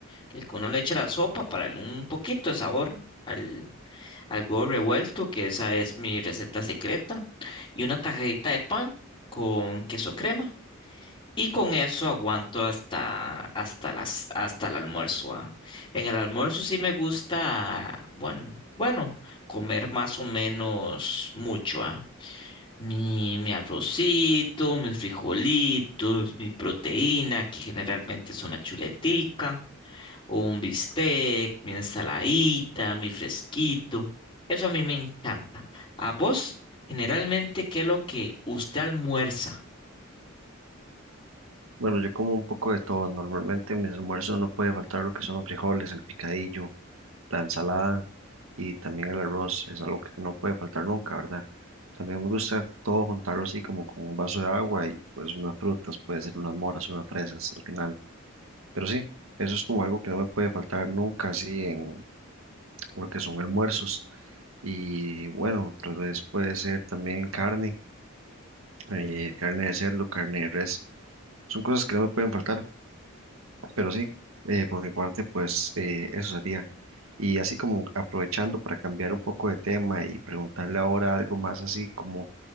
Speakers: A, on the left; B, on the right.
A: el que uno le echa a la sopa para darle un poquito de sabor al, al huevo revuelto, que esa es mi receta secreta, y una tajadita de pan con queso crema. Y con eso aguanto hasta, hasta las, hasta el almuerzo. ah. En el almuerzo sí me gusta, bueno, bueno, comer más o menos mucho, ah. Mi, mi arrocito, mis frijolitos, mi proteína, que generalmente es una chuletica, o un bistec, mi ensaladita, mi fresquito. Eso a mí me encanta. ¿A vos, generalmente, qué es lo que usted almuerza?
B: Bueno, yo como un poco de todo. Normalmente en mis almuerzos no puede faltar lo que son los frijoles, el picadillo, la ensalada y también el arroz es algo que no puede faltar nunca, ¿verdad? También me gusta todo juntarlo así como con un vaso de agua y pues unas frutas, puede ser unas moras, unas fresas al final. Pero sí, eso es como algo que no me puede faltar nunca así en lo que son almuerzos. Y bueno, tal vez puede ser también carne, eh, carne de cerdo, carne de res. Son cosas que no me pueden faltar. Pero sí, eh, por mi parte, pues eh, eso sería. Y así como aprovechando para cambiar un poco de tema y preguntarle ahora algo más así como